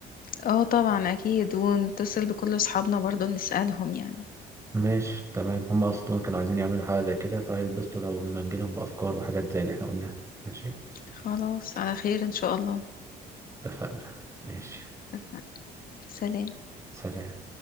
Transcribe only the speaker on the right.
ماشي تمام هم اصلا كانوا عايزين يعملوا حاجه زي كده فهيتبسطوا لو ما نجيلهم بافكار وحاجات زي اللي احنا قلناها ماشي
اتفقنا ماشي
سلام